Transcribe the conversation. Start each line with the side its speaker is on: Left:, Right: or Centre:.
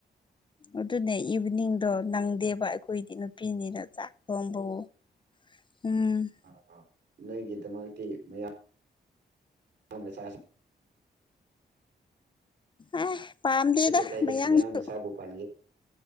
Left: ꯑꯗꯨꯅꯦ ꯏꯚꯤꯅꯤꯡꯗꯣ ꯅꯪꯗꯦꯕ ꯑꯩꯈꯣꯏꯗꯤ ꯅꯨꯄꯤꯅꯤꯅ ꯆꯥꯛ ꯊꯣꯝꯕꯥꯑꯣ ꯎꯝ
Right: ꯑꯥ ꯑꯥ ꯅꯣꯏꯒꯤꯗꯃꯛꯇꯤ ꯃꯌꯥꯡ ꯃꯆꯥ
Left: ꯑ ꯄꯥꯝꯗꯦꯗ
Right: ꯀꯥꯏꯗꯦ ꯀꯥꯏꯗꯦ
Left: ꯃꯌꯥꯡꯁꯨ
Right: ꯃꯌꯥꯡ ꯃꯆꯥꯕꯨ ꯄꯥꯟꯒꯦ